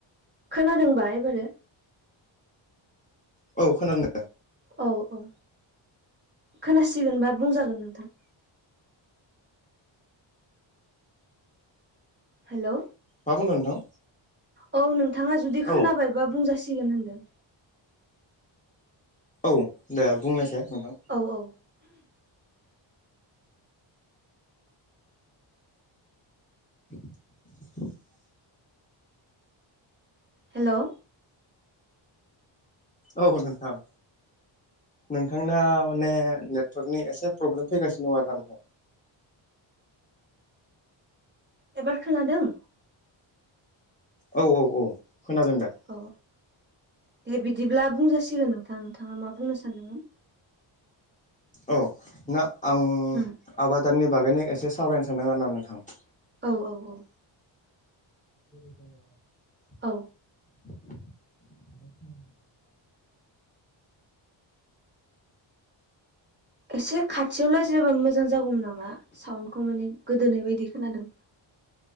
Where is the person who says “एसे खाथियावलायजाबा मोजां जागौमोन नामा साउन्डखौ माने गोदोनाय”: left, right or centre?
Right